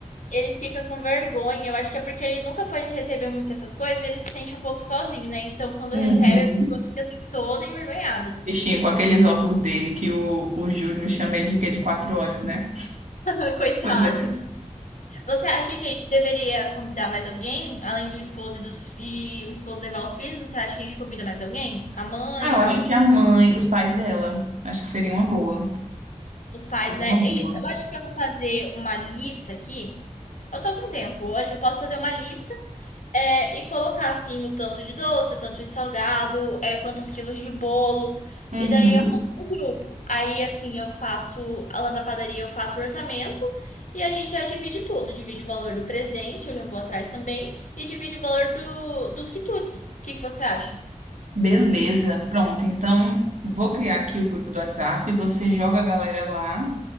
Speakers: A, on the left (about 80°); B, on the right (about 75°).
A: Ele fica com vergonha. Eu acho que é porque ele nunca foi de receber muito essas coisas. Ele se sente um pouco sozinho, né? Então, quando
B: Uhum.
A: recebe, a pessoa fica assim toda envergonhada.
B: Bichinho, com aqueles óculos dele, que o, o Júnior chama ele de quê? De quatro olhos, né?
A: <laughs> Coitado.
B: Olha.
A: Você acha que a gente deveria convidar mais alguém, além do esposo e, dos, e o esposo levar os filhos? Você acha que a gente convida mais alguém? A mãe
B: Ah, eu
A: ou
B: acho
A: algo assim?
B: que a mãe, os pais dela, acho que seria uma boa.
A: Os pais,
B: Seria
A: né?
B: uma boa.
A: E eu acho que eu vou fazer uma lista aqui. Eu tô com tempo hoje, eu posso fazer uma lista é, e colocar assim o tanto de doce, o tanto de salgado, é, quantos quilos de bolo.
B: Uhum.
A: E daí eu mando pro grupo. Aí assim eu faço, lá na padaria eu faço o orçamento e a gente já divide tudo. Divide o valor do presente, eu já vou atrás também, e divide o valor do, dos quitutes. O que que você acha?
B: Beleza, pronto. Então, vou criar aqui o grupo do WhatsApp, você joga a galera lá